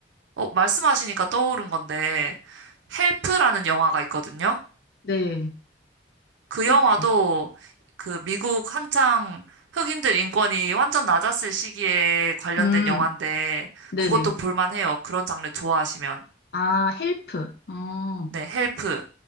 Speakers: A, on the right; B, on the left.
A: 어, 말씀하시니까 떠오른 건데, 헬프라는 영화가 있거든요.
B: 네,
A: 그
B: 헬프.
A: 영화도 그 미국 한창 흑인들 인권이 완전 낮았을 시기에 관련된
B: 음,
A: 영화인데,
B: 네네.
A: 그것도 볼만해요. 그런 장르 좋아하시면.
B: 아, 헬프. 어,
A: 네, 헬프.